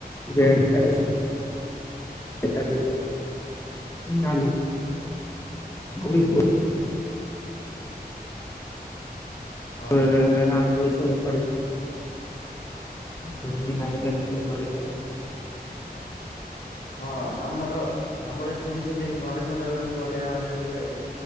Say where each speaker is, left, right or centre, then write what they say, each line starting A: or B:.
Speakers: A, on the left; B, on the left.
A: ଡ୍ରେସ୍ ଟା ବି ଶି ସେଇଟାକୁ ହୁଁ ନାଇଁ। କୋଉଠି?
B: ହଁ
A: ଏଣେ ରାମଦୋଳି ସବୁ ପଡି ବିନା କଥାରେ ଦୋଷ କାଢୁଛ।
B: ହଁ ଆମର ଆମର ଏଠି ବି ସେମତି ଗଣେଶ ମେଲଣ ବି ବଢିଆ ଆମରି ହୁଏ।